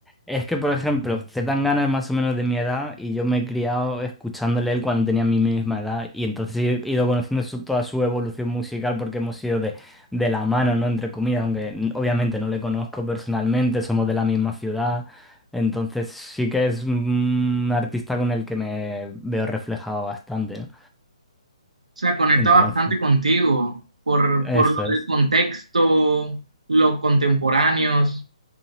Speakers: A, in the centre; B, on the right (about 80°).
A: Es que, por ejemplo, Zetangana es más o menos de mi edad y yo me he criado escuchándole él cuando tenía mi misma edad y entonces he ido conociendo su- toda su evolución musical porque hemos sido de, de la mano, ¿no? Entre comillas, aunque n- obviamente no le conozco personalmente, somos de la misma ciudad, entonces sí que es un artista con el que me veo reflejado bastante, ¿no?
B: O sea, conecta
A: Entonces,
B: bastante contigo por,
A: eso
B: por lo
A: es,
B: del contexto, los contemporáneos